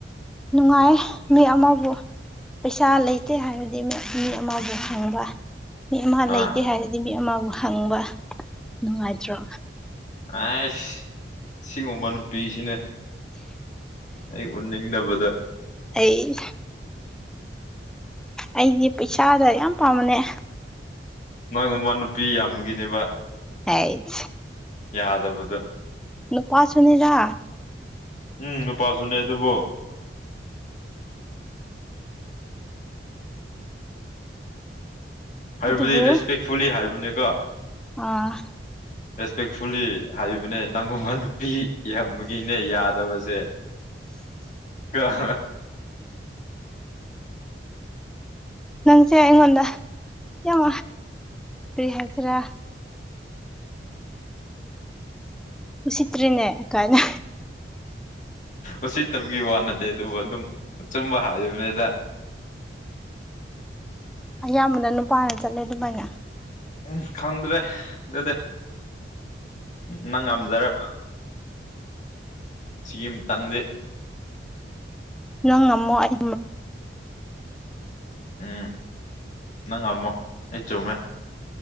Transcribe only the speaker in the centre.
ꯅꯨꯡꯉꯥꯏꯌꯦ ꯃꯤ ꯑꯃꯥꯕꯨ ꯄꯩꯁꯥ ꯂꯩꯇꯦ ꯍꯥꯏꯔꯗꯤ ꯃꯤ ꯃꯤ ꯑꯃꯕꯨ ꯍꯡꯕ ꯃꯤ ꯑꯃ ꯂꯩꯇꯦ
ꯍꯥꯏꯔꯗꯤ ꯃꯤ ꯑꯃꯕꯨ ꯍꯪꯕ ꯅꯨꯡꯉꯥꯏꯇ꯭ꯔꯣ
ꯑꯩ ꯑꯩꯗꯤ ꯄꯩꯁꯥꯒ ꯌꯥꯝ ꯄꯥꯝꯕꯅꯦ
ꯍꯥꯏꯠ
ꯅꯨꯄꯥꯁꯨꯅꯤꯗꯥ
ꯑꯗꯨꯕꯨ
ꯑꯥ
ꯅꯪꯁꯦ ꯑꯩꯉꯣꯟꯗ ꯌꯥꯝ ꯀꯔꯤ ꯍꯥꯏꯁꯤꯔꯥ ꯎꯁꯤꯠꯇ꯭ꯔꯤꯅꯦ ꯀꯥꯏꯅ
ꯑꯌꯥꯝꯕꯅ ꯅꯨꯄꯥꯅ ꯆꯠꯂꯦ ꯑꯗꯨꯃꯥꯏꯅ
ꯅꯪ ꯉꯝꯃꯣ ꯑꯩ